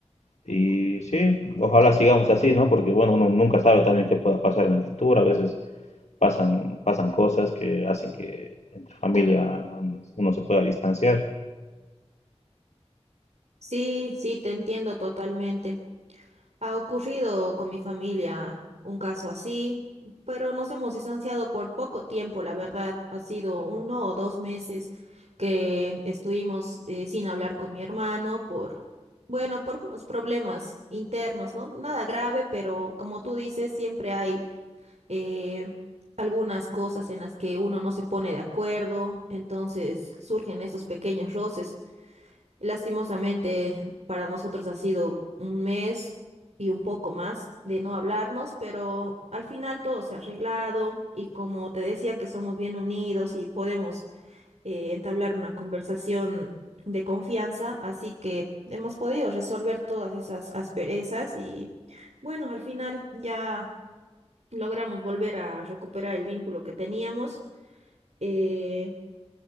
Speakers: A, on the left; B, on the right.
A: y sí, ojalá sigamos así, ¿no? Porque bueno, uno nunca sabe también qué pueda pasar en el futuro. A veces pasan, pasan cosas que hacen que entre familia uno se pueda distanciar.
B: Sí, sí, te entiendo totalmente. Ha ocurrido con mi familia un caso así, pero nos hemos distanciado por poco tiempo, la verdad. Ha sido uno o dos meses que estuvimos eh, sin hablar con mi hermano por, bueno, por unos problemas internos, ¿no? Nada grave, pero como tú dices, siempre hay eh, algunas cosas en las que uno no se pone de acuerdo, entonces surgen estos pequeños roces. Lastimosamente, para nosotros ha sido un mes y un poco más de no hablarnos, pero al final todo se ha arreglado y como te decía que somos bien unidos y podemos eh, entablar una conversación de confianza, así que hemos podido resolver todas esas asperezas y bueno, al final ya logramos volver a recuperar el vínculo que teníamos eh,